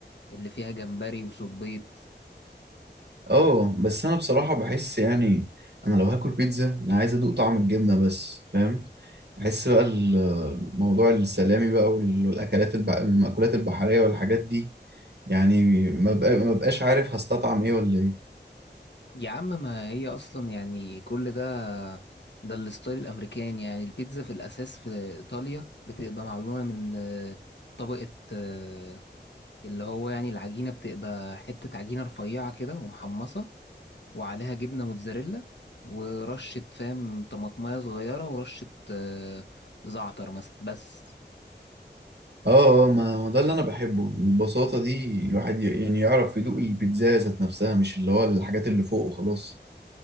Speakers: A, on the left; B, on the right.
A: اللي فيها جمبري وصبيط
B: اه بس انا بصراحة بحس يعني انا لو هاكل بيتزا انا عايز ادوق طعم الجبنة بس فاهم بحس بقى ال- موضوع السلامي بقى وال- والاكلات الب... المأكولات البحرية والحاجات دي يعني ما بقى... ما بقاش عارف هستطعم ايه ولا ايه
A: يا عم ما هي اصلا يعني كل ده ده الستايل الامريكاني يعني البيتزا في الاساس في ايطاليا بتبقى معموله من آه، طبقه آه، اللي هو يعني العجينه بتبقى حته عجينه رفيعه كده ومحمصه وعليها جبنه موتزاريلا ورشه فاهم طماطمايه صغيره ورشه آه، زعتر مثلا بس
B: اه اه ما ما ده اللي انا بحبه البساطة دي الواحد ي- يعني يعرف يدوق البيتزا ذات نفسها مش اللي هو الحاجات اللي فوق وخلاص